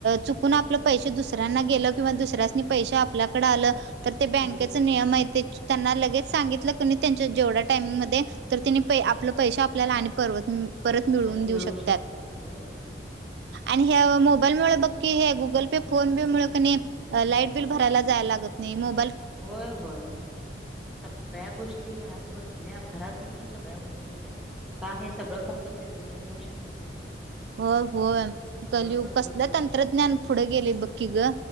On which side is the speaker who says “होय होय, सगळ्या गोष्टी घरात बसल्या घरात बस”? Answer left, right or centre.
Centre